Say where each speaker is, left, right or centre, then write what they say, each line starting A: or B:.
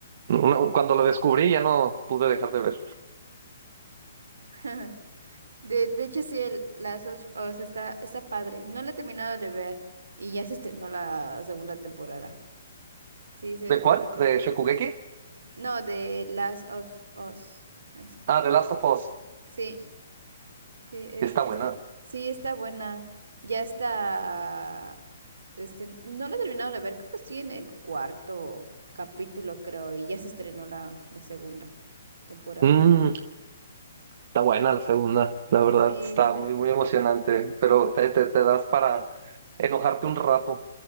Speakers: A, on the right; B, on the right.
A: una- cuando lo descubrí ya no pude dejar de ver.
B: <laughs> De, de hecho, sí, el Last of Us está, está padre. No la he terminado de ver y ya se estrenó la segunda temporada. Sí, se,
A: ¿De
B: está
A: cuál?
B: pa-
A: ¿De Shokugeki?
B: No, de Last of Us. Esa.
A: Ah, The Last of Us.
B: Sí. Sí, eh,
A: Está
B: está,
A: buena.
B: sí, está buena. Ya está. Este, no la he terminado de ver, creo que estoy en el cuarto capítulo, creo, y ya se estrenó la, la segunda temporada.
A: Mm, está buena la segunda, la verdad,
B: Sí,
A: está muy, muy emocionante, pero te, te, te das para enojarte un rato.